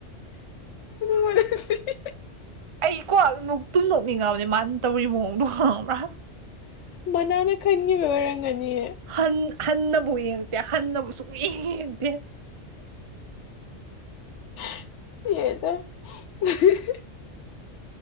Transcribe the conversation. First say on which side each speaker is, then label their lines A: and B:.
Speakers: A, on the left; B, on the right.
A: <unintelligible>
B: ꯑꯩꯀꯣ ꯅꯣꯛꯇꯨꯝ ꯅꯣꯛꯅꯤꯡꯉꯕꯅꯦ ꯃꯥꯅ ꯇꯧꯔꯤ ꯃꯑꯣꯡꯗꯣ ꯈꯪꯉꯕ꯭ꯔꯥ
A: ꯃꯅꯥꯅ ꯈꯟꯒꯤꯕꯩ ꯑꯣꯏꯔꯝꯒꯅꯤꯌꯦ
B: ꯍꯟ ꯍꯟꯅꯕꯨ ꯌꯦꯡꯉꯛꯇꯦ ꯍꯟꯅꯕꯨ ꯁꯨꯛꯌꯦꯡ <unintelligible> ꯌꯦꯡꯗꯦ
A: <unintelligible> <unintelligible>